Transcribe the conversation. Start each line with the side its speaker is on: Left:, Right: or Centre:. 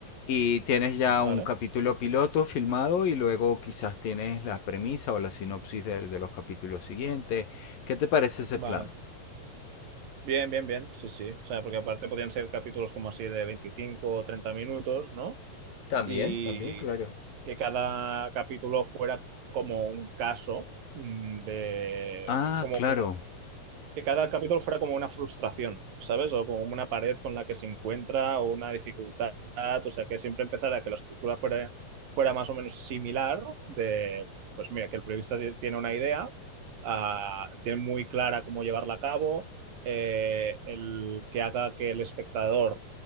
Left: y tienes ya
Right: vale,
Left: un capítulo piloto filmado y luego quizás tienes la premisa o la sinopsis de, de los capítulos siguientes. ¿Qué te parece ese plan?
Right: vale. Bien, bien, bien, sí, sí. O sea, porque aparte podían ser capítulos como así de 25 o 30 minutos, ¿no?
Left: También,
Right: Y
Left: también, claro.
Right: que cada capítulo fuera como un caso mm, de,
Left: Ah,
Right: como,
Left: claro,
Right: como que cada capítulo fuera como una frustración, ¿sabes? O como una pared con la que se encuentra o una dificultad, o sea, que siempre empezara que la estructura fuera, fuera más o menos similar de, pues mira, que el periodista ti- tiene una idea, ah, tiene muy clara cómo llevarla a cabo, eh, el que haga que el espectador,